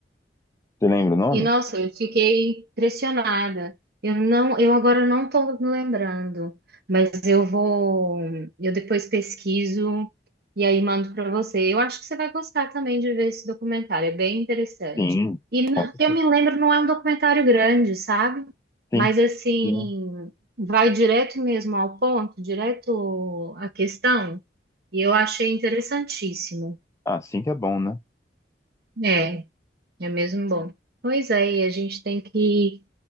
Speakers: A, on the left (about 15°); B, on the right (about 60°).
A: Você lembra o nome?
B: E nossa, eu fiquei impressionada. Eu não, eu agora não estou me lembrando, mas eu vou, eu depois pesquiso e aí mando para você. Eu acho que você vai gostar também de ver esse documentário, é bem interessante.
A: Tem.
B: E n-
A: Com certeza.
B: que eu me lembro, não é um documentário grande, sabe?
A: Tem.
B: Mas assim,
A: Tem.
B: vai direto mesmo ao ponto, direto à questão, e eu achei interessantíssimo.
A: Ah, sim que é bom, né?
B: É. É mesmo bom. Pois é, e a gente tem que,